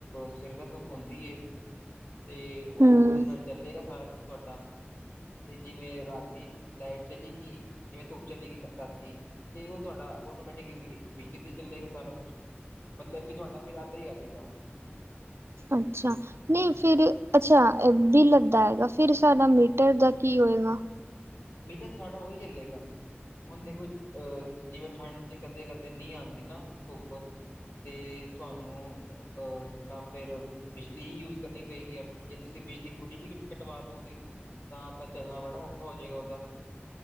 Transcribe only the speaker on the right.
ਹੂੰ
ਅੱਛਾ। ਨਹੀਂ, ਫਿਰ ਅੱਛਾ ਇਹ ਵੀ ਲੱਦਾ ਹੈਗਾ, ਫਿਰ ਸਾਡਾ ਮੀਟਰ ਦਾ ਕੀ ਹੋਏਗਾ।